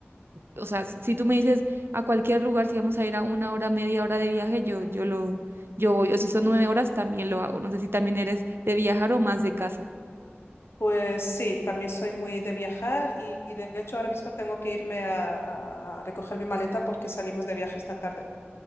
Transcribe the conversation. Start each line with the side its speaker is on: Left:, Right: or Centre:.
Right: o sea, si tú me dices a cualquier lugar, si vamos a ir a una hora, media hora de viaje, yo, yo lo, yo voy. O si son nueve horas, también lo hago. No sé si también eres de viajar o más de casa.
Left: Pues sí, también soy muy de viajar y, y de hecho ahora mismo tengo que irme a, a a recoger mi maleta porque salimos de viaje esta tarde.